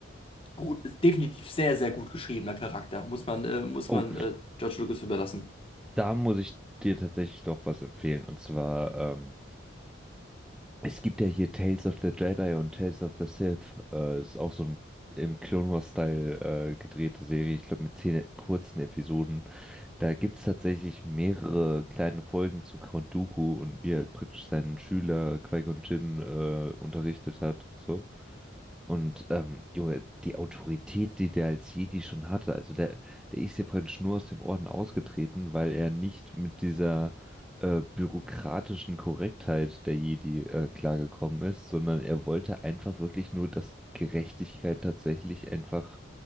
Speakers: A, on the left; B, in the centre.
A: gut, ist definitiv sehr, sehr gut geschriebener Charakter. Muss man, äh, muss
B: Oh,
A: man äh, George Lucas überlassen.
B: da muss ich dir tatsächlich doch was empfehlen. Und zwar, ähm, Es gibt ja hier Tales of the Jedi und Tales of the Sith. Äh, ist auch so ein im Clone Wars-Style äh, gedrehte Serie, ich glaube mit zehn kurzen Episoden. Da gibt's tatsächlich mehrere kleine Folgen zu Count Dooku und wie er praktisch seinen Schüler Qui-Gon Jinn äh, unterrichtet hat und so. Und ähm, Junge, die Autorität, die der als Jedi schon hatte, also der, der ist ja praktisch nur aus dem Orden ausgetreten, weil er nicht mit dieser äh, bürokratischen Korrektheit der Jedi äh, klargekommen ist, sondern er wollte einfach wirklich nur, dass Gerechtigkeit tatsächlich einfach